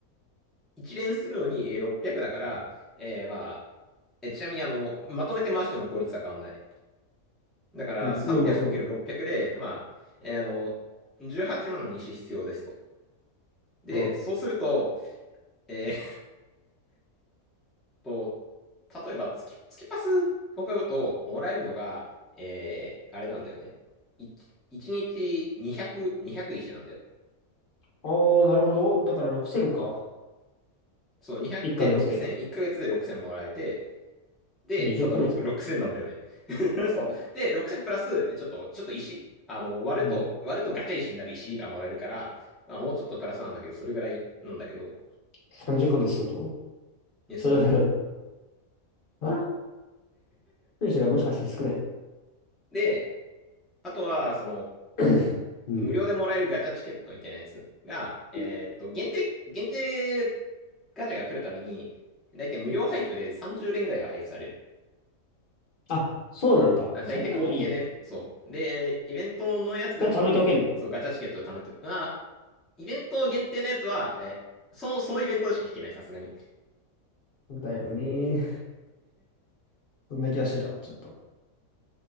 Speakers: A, in the centre; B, on the left.
A: 1連するのにえー600だから、えーまあ、えちなみにあの、まとめて回しても効率は変わんない。だから
B: うん、
A: 300×600
B: まあまあそうだよね。
A: で、まあ、えーあの、18万石必要ですと。で、
B: うん。
A: そうすると、えと、例えば月、月パスを買うと、もらえるのが、えー、あれなんだよね。1、一日200、2石なんだよ。
B: ああ、なるほど。だから6000か。
A: そう、200で6000、
B: 1ヶ月で。
A: 1ヶ月で6000もらえて、で、
B: 20ヶ月。
A: ただ6、6000なんだよね。<laughs> そう。で、6000プラス、ちょっと、ちょっと石あの、割ると、
B: うん。
A: 割るとガチャ石になる石がもらえるから、まあ、もうちょっとプラスなんだけど、それぐらいなんだけど。
B: 30ヶ月っかげつってこと
A: で、そ
B: それだけだと。あ選手がもしかして少ない。
A: う。で、あとは、その、
B: <clears throat> <coughs> うん。
A: 無料でもらえるガチャチケットみたいなやつが、えーっと、
B: うん
A: 限定、限定ガチャが来るたびに、大体無料配布で30連ぐらいは配布される。
B: あ、そうなんだ。
A: あ大体合計でね、
B: それなんかいいね。
A: そう。で、イベントのやつでも、
B: それ貯めておけんの
A: そう、ガチャチケットで貯めて、まあ、イベント限定のやつは、え、その、そのイベントでしか引けない、さすがに。
B: だよね。そんな気がしてたわ、ちょっと。